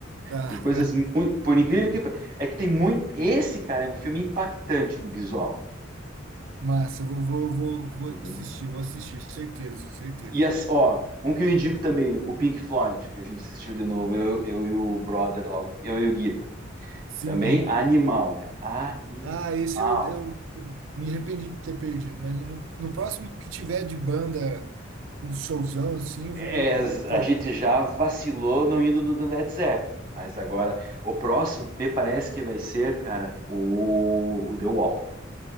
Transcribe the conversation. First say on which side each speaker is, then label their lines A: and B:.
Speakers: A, on the right; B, on the right.
A: Tá.
B: Tem coisas muito. Por incrível que. É que tem muito. Esse, cara, é um filme impactante de visual.
A: <laughs> Massa, vou, vou, vou, vou
B: Uhum.
A: assistir, vou assistir, certeza, certeza.
B: E, assim, ó, um que eu indico também, o Pink Floyd, que a gente assistiu de novo, eu, eu e o brother lá, o Gui- eu e o Guita.
A: Sim,
B: Também animal, cara. Animal.
A: Ah, esse eu, eu me arrependi de ter perdido, mas no, no próximo que tiver de banda com showzão assim, eu vou,
B: É,
A: vou, vou.
B: a gente já vacilou não indo no do Led Zeppelin, mas agora o próximo me parece que vai ser, cara, o, o The Wall.